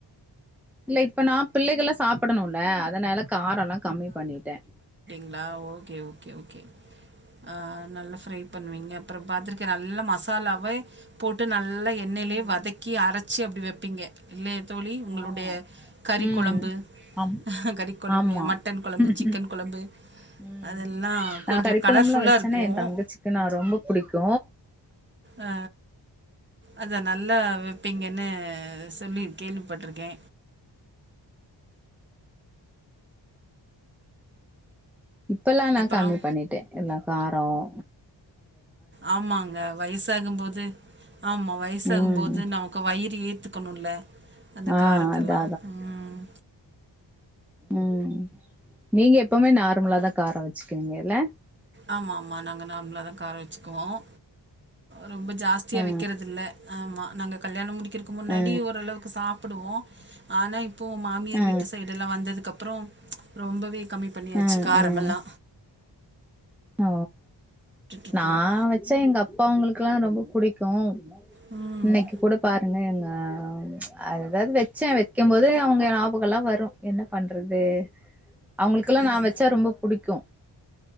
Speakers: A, in the centre; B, on the right (about 25°).
A: இல்ல இப்ப நா பிள்ளைகள்லா சாப்டணுல்ல அதனால காரெல்லா கம்மி பண்ணிட்ட
B: <unintelligible> கே ஓகே ஓகே அ நல்ல ஃப்ரை பண்ணுவீங்க அப்றோ பாத்துருக்கற நல்லா மசாலாவை போட்டு நல் எல்ல எண்ணெலயே
A: ம்
B: வதக்கி அரச்சு அப்டி வெப்பீங்க இல்லே தோலி உங்குளுடைய
A: ஆமா
B: கறி
A: ம்
B: கொழம்பு
A: ஆம்
B: கறி கொழம்பு
A: ஆமா
B: மட்டன் கொழம்பு
A: ம்
B: சிக்கன்
A: ம்
B: கொழம்பு
A: ம்
B: அதெல்லா
A: நா
B: கொஞ்சோ
A: கறிக்கொலம்புல்லா
B: கலர்ஃபுல்லா
A: வச்சேன்னா
B: இருக்கு
A: எ தங்கச்சிக்கு நா ரொம்ப புடிக்கு
B: அ அத நல்லா வப்பீங்கன்னு சொல்லி கேள்விப்பட்டிருக்கே
A: இப்பெல்லா நா
B: அப்புறம்
A: கம்மி பண்ணிட்டே எல்லா காரம்
B: ஆமாங்க வயசாகும்போது ஆமா வயசாகும்போது
A: ம்
B: நமக்கு வயிறு எரி த்துக்கணுல்ல அந்த
A: ஆ
B: காரத்தல்லாம்
A: அதா
B: உம்
A: உம் நீங்க எப்பவுமே நார்மலாதான் காரம் வச்சுக்கீங்கல்ல
B: ஆமா ஆமாம் நாங்க நார்மலா தான் காரம் வச்சுக்குவோம் ரொம்ப ஜாஸ்தியா
A: ஆ
B: வக்கிறதில்லை ஆமாம் நாங்க கல்யாணம் முடி கிருக்கு முன்னாடி
A: ஆ
B: ஓரளவுக்கு சாப்பிடுவோம் ஆனா இப் இப்போ மாமியார்
A: ஆ
B: வீட்டு சைடு எல்லாம் வந்ததுக்கு அப் அப்றோ ரொம்பவே கம்மி பண்ணியாச்சி
A: ஆ
B: காரமெல்லா
A: ஆ ஓ
B: இருக்கோம்
A: நா வச்ச எங்க அப்பா அவங்களுக்ல்லாம் ரொம்ப புடிக்கும்
B: ம்
A: இன்னைக்கி கூட பாருங்க எங்க ஆ அது எதாவது வச்சே வைக்கம்போதே அவங்க ஞாபகம் எல்லா வரும் என்ன பண்றது அவங்களுக்கெல்லா
B: இறந்
A: நா வெச்ச ரொம்ப புடிக்கும்